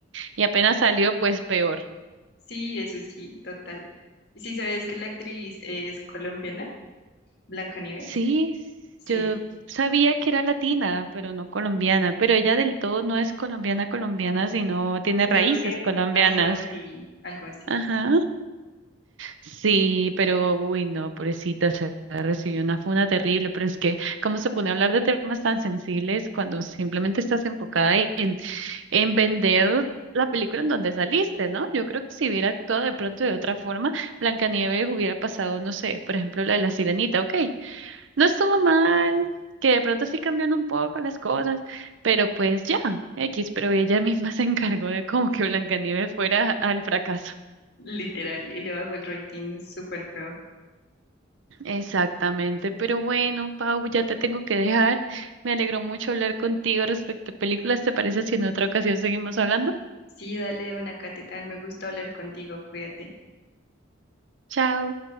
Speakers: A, on the right (about 75°); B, on the left (about 55°).
A: Y apenas salió, pues peor.
B: Sí, eso sí, total. ¿Y si sabías que la actriz es colombiana? Blancanieves.
A: Sí,
B: Sí,
A: yo sabía que era latina, pero no colombiana, pero ella del todo no es colombiana colombiana, sino tiene
B: creo
A: raíces
B: que
A: colombianas.
B: algo así, algo así,
A: Ajá.
B: sí.
A: Sí, pero uy, no, pobrecita, se recibió una funa terrible, pero es que cómo se pone a hablar de temas tan sensibles cuando simplemente estás enfocada en en vender la película en donde saliste, ¿no? Yo creo que si hubiera actuado de pronto de otra forma, Blancanieves hubiera pasado, no sé, por ejemplo, la de la Sirenita, ok, no estuvo mal, que de pronto sí cambian un poco las cosas, pero pues ya, X, pero ella misma se encargó de como que Blancanieves fuera al fracaso.
B: Literal, y le bajó el rating súper feo.
A: Exactamente, pero bueno, Pau, ya te tengo que dejar. Me alegró mucho hablar contigo respecto a películas. ¿Te parece si en otra ocasión seguimos hablando?
B: Sí, dale una cata también me gustó hablar contigo, cuídate.
A: Chao.